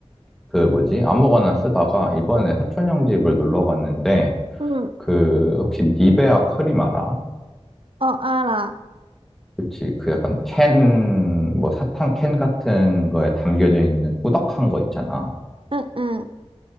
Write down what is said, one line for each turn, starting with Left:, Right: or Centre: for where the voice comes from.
Centre: 그 뭐지? 아무거나 쓰다가 이번에 사촌 형 집을 놀러 갔는데,
Right: 응,
Centre: 그, 혹시 니베아 크림 알아?
Right: 어, 알아.
Centre: 그치. 그 약간 캔, 뭐 사탕 캔 같은 거에 담겨져 있는 꾸덕한 거 있잖아.
Right: 응, 응.